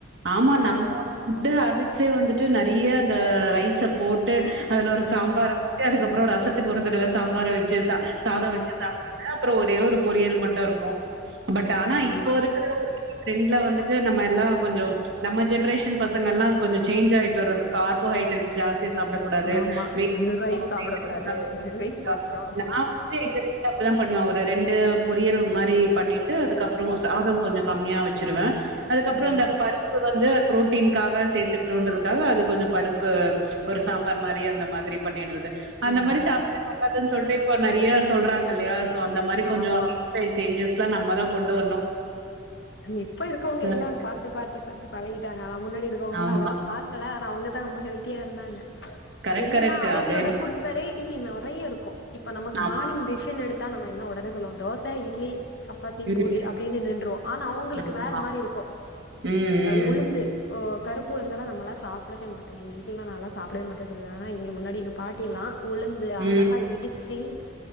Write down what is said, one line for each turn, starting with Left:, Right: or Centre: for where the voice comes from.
Right: ஆமா
Left: நம்ம
Right: நம்மளோட ட்டு ஹேபிட்ஸே வந்துட்டு நெறைய இந்த ரைஸ் போட்டு அதுல ஒரு சாம்பார்
Left: ம்
Right: ஊத்தி அதுக்கு அப்பறம் ரசத்துக்கு ஒரு தடவ சாம்பார வச்சு சா சாதம்
Left: ம்
Right: வச்சு சாப்படுறது அப்பறம் ஒரே ஒரு பொரியல் மட்டும் இருக்கும் பட் ஆனா
Left: ஆமா
Right: இப்போ இருக்கிற ஒரு ட்ரெண்ட்ல வந்துட்டு நம்ம எல்லாம் கொஞ்சம் நம்ம ஜென்ரேஷன் பசங்க எல்லாம் கொஞ்சம் சேஞ் ஆயிட்டு வந்த கார் ஓ ஹைட்ரேட் ஜாஸ்தியா சாப்படக்கூடாது
Left: ஆமா
Right: <unintelligible>
Left: ரைஸ் சாப்ட கூடாது வெயிட் போட்ரு
Right: வந்து எங்க வீட்டு அப்படி பண்ணுவேன் ஒரு ரெண்டு பொரியல் மாரி பண்ணிட்டு அதுக்கப்பறம் சாதம் கொஞ்சம் கம்மியா வச்சிருவேன் அதுக்கப்பறம்
Left: ம்
Right: இந்த பருப்பு வந்து பு்ரோட்டீனாக சேர்த்துக்கட்டுன்றதுக்காக அது கொஞ்சம் பருப்பு ஒரு சாம்பார் மாரி அந்த மாரி பண்ணிடுறது அந்த
Left: ம்
Right: மாரி சாப்பட்டு நல்லதுன்னு சொல்லிட்டு இப்ப நெறைய சொல்றாங்க இல்லயா சோ அந்த மாதிரி
Left: ஆமா
Right: கொஞ்ச லைப் ஸ்டைல் சேஞ்சஸ் எல்லாம் நம்ம தான் கொண்டு வரணும்
Left: இப்ப இருக்கவங்க
Right: சரி.
Left: எல்லாம் பாத்து பாத்து பன் பழையிடா நா முன்னாடி இருக்கவங்க
Right: ஆமா.
Left: அதெல்லாம் பாக்கல ஆன அவங்க ரொம்ப ஹல்த்தியா இருந்தாங்க
Right: கரெக்ட்,
Left: என்னன்னா
Right: கரெக்ட்.
Left: அவங்களோட
Right: அது என்ன
Left: புட் வெரைட்டின நெறைய இருக்கும் இப்ப நமக்கு
Right: ஆமா.
Left: மார்னிங் டிஷன் எடுத்து தான் நம்ம உடனே சொல்லோம் தோச இட்லி சப்பாத்தி
Right: ம்.
Left: பூரி அப்டின்னு நின் ஆனா அவங்களுக்கு
Right: ஆமா.
Left: வேற மாரி இருக்கும்
Right: ம், ம்.
Left: உளுந்து ஓ கருப்புழுந்து தெல்லாம் நம்மல்லா சாப்படவே வீட்டுட்ட நல்லா சாப்படவே மாட்டேன் ஆனா இங்க முன்னாடி எல்லாம் பாட்டி எல்லாம் உழுந்து
Right: ம்,
Left: அழகா இடித்து செரிச்